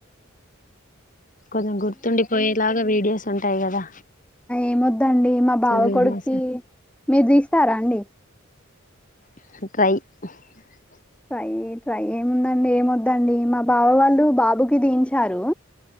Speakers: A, on the left (about 35°); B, in the centre.
A: కొంచెం గుర్తుండిపోయేలాగా వీడియోస్ ఉంటాయి గదా
B: ఏమోద్దండి మా బావ
A: వీడియోస్
B: కొడుకి మీరు తీస్తారా అండి
A: <inaudible>
B: ట్రై ట్రై ఏముందండి ఏమోద్దండి మా బావ వాళ్ళు బాబుకి తియించారు